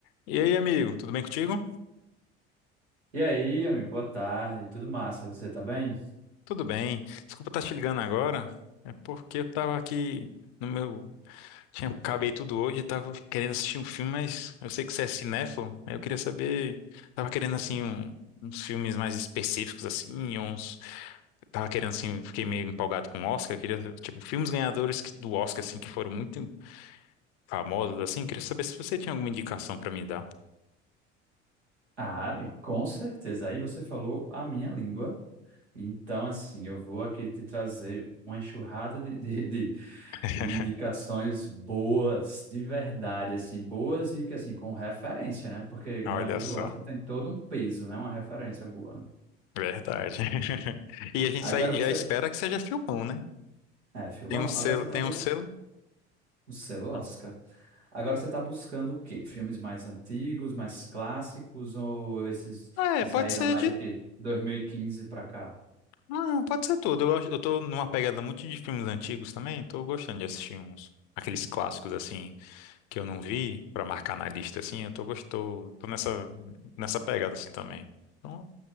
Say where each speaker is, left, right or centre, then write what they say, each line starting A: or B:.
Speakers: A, on the left; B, on the right.
A: E aí, amigo, tudo bem contigo?
B: E aí, amigo, boa tarde, tudo massa, você tá bem?
A: Tudo bem. Desculpa estar te ligando agora. É porque eu tava aqui no meu. Tinha... Acabei tudo hoje e tava querendo assistir um filme, mas eu sei que você é cinéfilo. Aí eu queria saber. Tava querendo, assim, um- uns filmes mais específicos, assim, uns. Tava querendo, assim, fiquei meio empolgado com o Oscar. Eu queria, tipo, filmes ganhadores que- do Oscar, assim, que foram muito famosos, assim. Eu queria saber se você tinha alguma indicação pra me dar.
B: Ah, amigo, com certeza. Aí você falou a minha língua. Então, assim, eu vou aqui te trazer uma enxurrada de, de, de,
A: <laughs>
B: de indicações boas, de verdade, assim, boas e que, assim, com referência, né? Porque ganhador
A: Olha só.
B: do Oscar tem todo um peso, né? Uma referência boa. né.
A: Verdade. <laughs> E a gente
B: Agora
A: sai- já
B: você.
A: espera que seja filmão, né?
B: É, Filbão,
A: Tem um selo,
B: agora você tá.
A: tem um selo.
B: Você lasca.
A: Hum.
B: Agora você está buscando o quê? Filmes mais antigos, mais clássicos ou esses
A: Ah,
B: que
A: é,
B: saíram
A: pode ser
B: mais
A: de.
B: aqui 2015 para cá?
A: Não, pode ser tudo. Eu, gosto- eu tô numa pegada muito de filmes antigos também, tô gostando de assistir uns. Aqueles clássicos, assim, que eu não vi, pra marcar na lista, assim, eu tô gostou, tô nessa, nessa pegada, assim, também. Então,